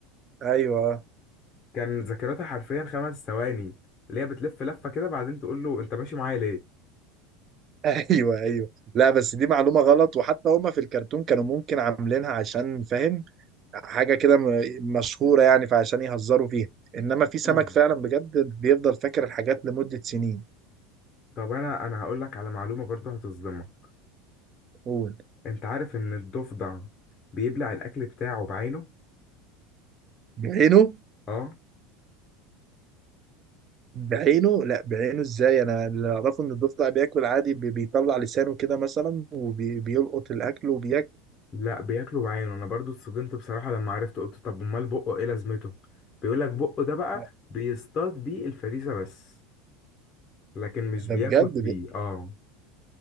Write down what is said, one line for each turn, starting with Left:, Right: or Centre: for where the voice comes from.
Right: أيوه
Left: كان ذاكرتها حرفيا خمس ثواني اللي هي بتلف لفة كده بعدين تقول له أنت ماشي معايا
Right: <laughs> أيوه أيوه لا بس دي معلومة غلط وحتى هما في الكرتون كانوا ممكن عاملينها عشان فاهم حاجه كده م- مشهوره يعني فعشان يهزروا فيها انما في سمك
Left: ليه؟
Right: فعلا بجد بيفضل فاكر الحاجات لمده سنين
Left: طب انا انا هقول لك على معلومه برضه هتصدمك
Right: قول
Left: انت عارف ان الضفدع بيبلع الاكل بتاعه بعينه
Right: بعينه
Left: اه
Right: بعينه لا بعينه ازاي انا اللي اعرفه ان الضفدع بياكل عادي بي- بيطلع لسانه كده مثلا وبيلقط الاكل وبياكل
Left: لا بياكله بعينه انا برضه اتصدمت بصراحه لما عرفت قلت طب امال بقه ايه لازمته بيقول لك بقه ده بقى
Right: لا
Left: بيصطاد بيه الفريسه بس لكن مش بياكل
Right: ده بجد
Left: بيه
Right: بي...
Left: اه